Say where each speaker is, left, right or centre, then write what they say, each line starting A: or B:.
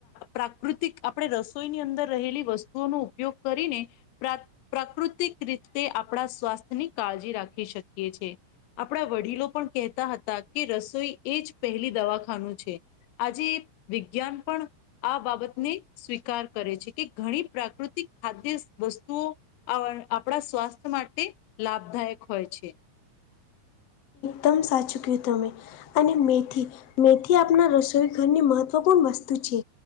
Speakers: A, on the left (about 85°); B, on the left (about 70°).
A: પ્રાકૃતિક આપણે રસોઈની અંદર રહેલી વસ્તુઓનો ઉપયોગ કરીને પ્રા પ્રાકૃતિક રીતે આપણા સ્વાસ્થ્ય ની કાળજી રાખી શકીએ છે. આપણા વડીલો પણ કહેતા હતા કે રસોઈ એજ પહેલી દવાખાનું છે. આજે વિજ્ઞાન પણ આ બાબતને સ્વીકાર કરે છે કે ઘણી પ્રાકૃતિક ખાદ્ય વસ્તુઓ આપણા સ્વાસ્થ્ય માટે લાભદાયક હોય છે.
B: દમ સાચું ક્યું તમે. અને મેથી મેથી આપણા રસોઈ ઘરની મહત્વપૂર્ણ વસ્તુ છે.